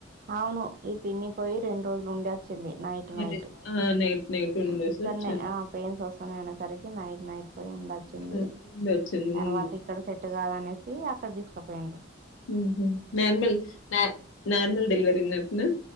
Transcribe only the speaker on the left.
అదే
ఆ నైట్ నైట్ ఉండేసి
వచ్చింది
ఉమ్, ఉండి వచ్చింది
హ్మ్
ఊహు నార్మల్ నార్మల్ డెలివరీ నట్నా